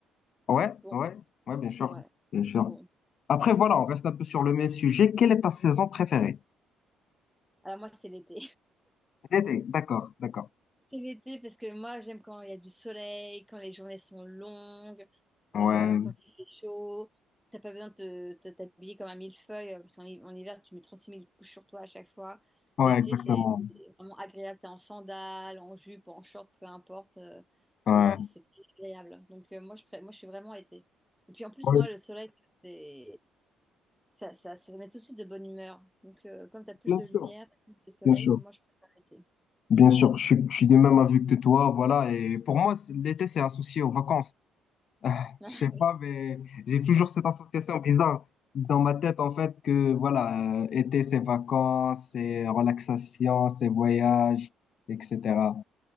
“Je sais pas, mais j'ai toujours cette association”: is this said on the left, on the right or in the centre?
Left